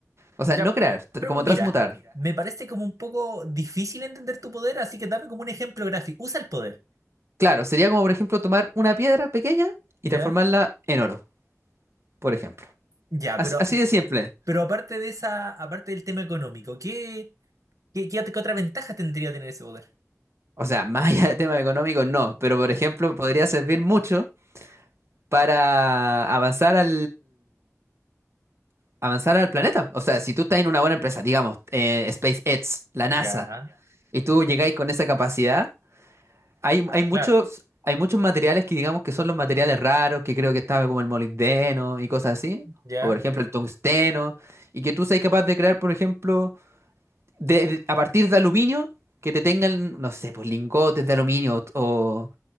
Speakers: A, on the right; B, on the right.
A: O
B: Ya.
A: sea, no crear, tr-
B: Pero
A: como
B: mira,
A: transmutar.
B: me parece como un poco difícil entender tu poder, así que dame como un ejemplo gráfico. Usa el poder.
A: Claro, sería como, por ejemplo, tomar una piedra pequeña y
B: ¿Ya?
A: transformarla en oro, por ejemplo.
B: Ya,
A: Así,
B: pero,
A: así de simple.
B: pero aparte de esa, aparte del tema económico, ¿qué, qué, qué ot- qué otra ventaja tendría tener ese poder?
A: O sea, <laughs> más allá del tema económico, no. Pero, por ejemplo, podría servir mucho. para avanzar al avanzar al planeta. O sea, si tú estás en una buena empresa, digamos, eh, SpaceX, la NASA,
B: Ya.
A: y tú llegáis con esa capacidad, hay,
B: Ah,
A: hay muchos
B: claro.
A: hay muchos materiales que digamos que son los materiales raros, que creo que estaba como el molibdeno y cosas así,
B: Ya,
A: o por ejemplo el tungsteno, y que tú seas capaz de crear, por ejemplo, de, de- a partir de aluminio que te tengan, no sé, pues lingotes de aluminio o,